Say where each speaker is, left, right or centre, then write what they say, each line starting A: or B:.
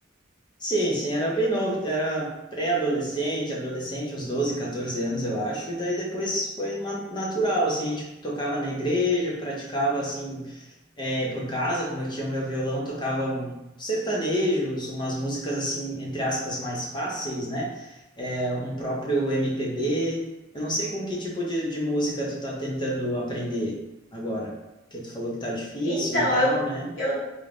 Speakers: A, on the left (about 25°); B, on the left (about 75°).
A: Sim, sim, era bem novo, era pré-adolescente, adolescente, uns 12 14 anos, eu acho, e daí depois foi ma- natural, assim, a gente tocava na igreja, praticava, assim, é, por casa, como eu tinha o meu violão, tocava um, sertanejos, umas músicas, assim, entre aspas, mais fáceis, né, é, um próprio MPB, eu não sei com que tipo de, de música tu tá tentando aprender agora, porque tu falou que tá difícil
B: Então,
A: e tal,
B: eu,
A: né?
B: eu